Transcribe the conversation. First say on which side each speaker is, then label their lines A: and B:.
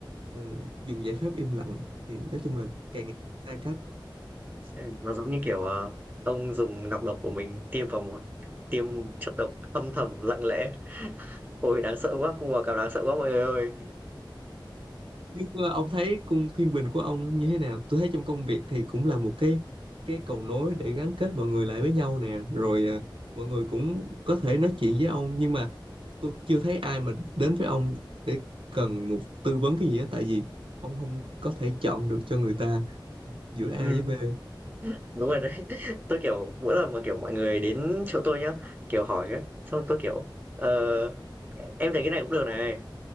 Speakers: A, on the right; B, on the right.
A: ờ, dùng giải pháp im lặng thì nói chung là càng ngày xa cách
B: Ừ, Nó giống như kiểu ờ, ông dùng nọc độc của mình tiêm vào một tiêm chất độc âm thầm lặng lẽ. Ôi đáng sợ quá, cung bò cạp đáng sợ quá mọi người ơi.
A: chứ ờ, ông thấy cung thiên bình của ông như thế nào tôi thấy trong công việc thì cũng là một cái cái cầu nối để gắn kết mọi người lại với nhau nè rồi ờ, mọi người cũng có thể nói chuyện với ông nhưng mà tôi chưa thấy ai mà đến với ông để cần một tư vấn cái gì á tại vì ông không có thể chọn được cho người ta giữa A
B: Ừ,
A: với B
B: đúng rồi đấy. <laughs> Tôi kiểu mỗi lần mà kiểu mọi người đến chỗ tôi nhá, kiểu hỏi ấy, xong tôi kiểu ờ, em thấy cái này cũng được này.